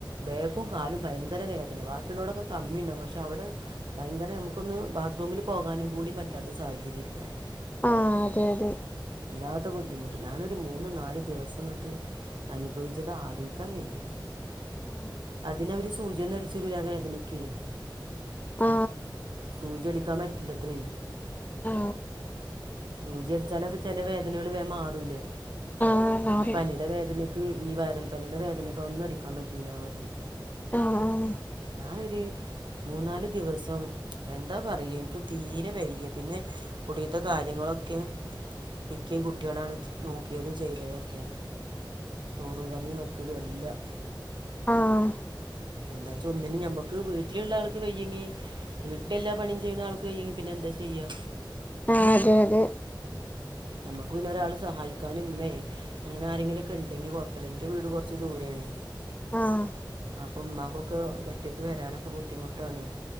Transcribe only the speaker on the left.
ആ അതെ അതെ
ആഹ്
ആ
അതെ
ആഹ് ആഹ് മാറി
ആഹ്
ആഹ
ആ അതെ അതെ
ആഹ്